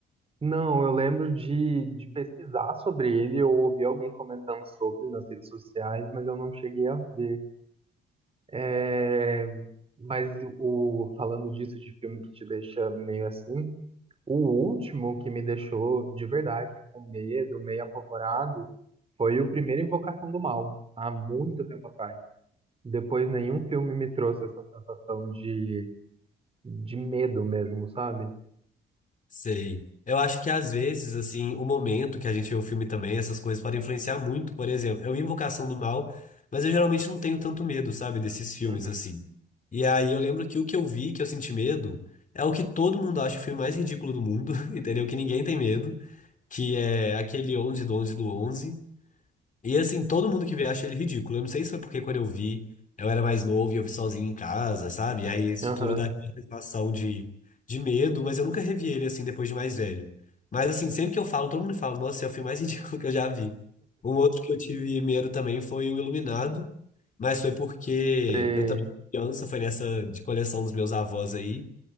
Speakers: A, on the right (about 30°); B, on the left (about 40°).
A: Não, eu lembro de, de pesquisar sobre ele, eu ouvi alguém comentando sobre nas redes sociais, mas eu não cheguei a ver. É, mas o, falando disso de filme que te deixa meio assim, o último que me deixou de verdade com medo, meio apavorado, foi o primeiro Invocação do Mal, há muito tempo atrás. Depois nenhum filme me trouxe essa sensação de, de medo mesmo, sabe?
B: Sei. Eu acho que às vezes, assim, o momento que a gente vê o filme também, essas coisas podem influenciar muito. Por exemplo, eu vi Invocação do Mal, mas eu geralmente não tenho tanto medo, sabe, desses filmes,
A: Uhum.
B: assim. E aí eu lembro que o que eu vi, que eu senti medo, é o que todo mundo acha o filme mais ridículo do mundo, <laughs> entendeu? Que ninguém tem medo, que é aquele 11 do 11 do 11 e assim, todo mundo que vê acha ele ridículo. Eu não sei se foi porque quando eu vi, eu era mais novo e eu vi sozinho em casa, sabe? E aí isso
A: Aham,
B: tudo dá aquela sensação de, de medo, mas eu nunca revi ele assim depois de mais velho. Mas assim, sempre que eu falo, todo mundo fala, nossa, esse é o filme mais <laughs> ridículo que eu já vi. Um outro que eu tive medo também foi o Iluminado, mas foi porque
A: sei,
B: eu também fui criança, foi nessa de coleção dos meus avós aí.